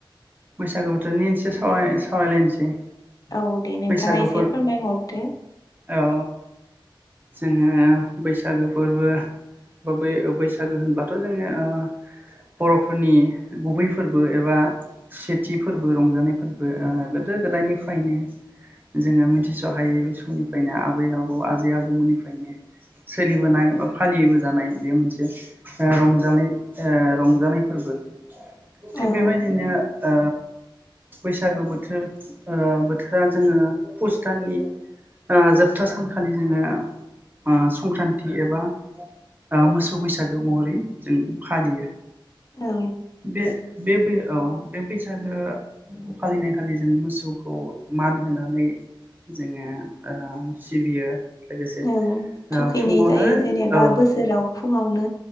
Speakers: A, on the right; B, on the left.
A: बैसागु बोथोरनि इनसे साव सावरायलायनोसै
B: औ दे नोंथाङा
A: बैसागोफोर
B: एसे फोरमायहरदो
A: औ जोङो बैसागो फोरबो बा बै बैसागो होनबाथ' जोङो ओ बर'फोरनि गुबै फोरबो एबा सेथि फोरबो रंजानाय फोरबो ओ गोदो गोदायनिफ्रायनो जोङो मिथिस'हायै बे समनिफ्रायनो आबै आबौ आजै आजौमोननिफ्रायनो सोलिबोनाय बा फालिबोजानाय बेयो मोनसे ओ रंजालि ओ रंजानाय फोरबो थिग
B: औ
A: बेबायदिनो ओ बैसागो बोथोर ओ बोथोरा जोङो पुस दाननि ओ जोबथा सानखालि जोङो ओ संक्रान्ति एबा ओ मोसौ बैसागो महरै जों फालियो
B: औ
A: बे <unintelligible> औ बे बैसागो फालिनायखालि जों मोसौखौ मान होनानै जोङो ओ सिबियो लोगोसे
B: औ
A: ओ
B: थुखैनाय
A: फुङावनो
B: जायो जेनेबा
A: औ
B: बोसोराव फुङावनो